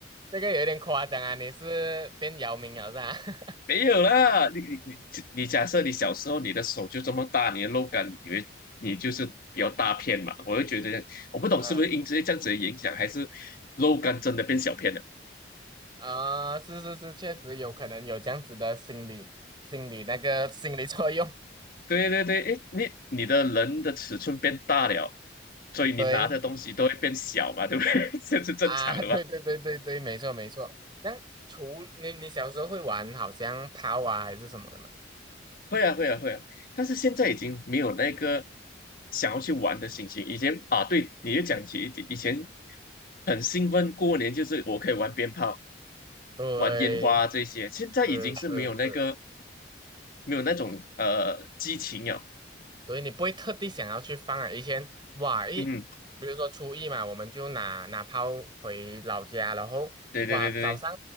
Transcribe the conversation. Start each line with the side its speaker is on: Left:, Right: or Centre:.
Right: 这个有点夸张啊！你是变姚明了是吧？<laughs>
Left: 没有啦，你你你你假设你小时候你的手就这么大，你的肉感，你会你就是比较大片嘛？我就觉得我不懂是不是因为这样子的影响，
Right: 嗯
Left: 还是肉感真的变小片了？
Right: 啊、呃是是是，确实有可能有这样子的心理心理那个心理作用。<laughs>
Left: 对对对，诶，你你的人的尺寸变大了，所以你拿的东西都会变小嘛，
Right: 对
Left: 对不对？<laughs> 这是正常的嘛。
Right: 啊，<laughs> 对对对对对，没错没错。那除你你小时候会玩好像抛啊还是什么的嘛？
Left: 会啊，会啊，会啊，但是现在已经没有那个想要去玩的心情。以前啊，对，你就讲起以前
Right: 嗯，
Left: 很兴奋，过年就是我可以玩鞭炮、
Right: 对，
Left: 玩烟花这些，现在已经是没有那个
Right: 是是是。
Left: 没有那种呃激情了。
Right: 所以你不会特地想要去放啊。以前哇一，
Left: 嗯，
Right: 比如说初一嘛，我们就拿拿炮回老家，然后哇早上
Left: 对对对对对，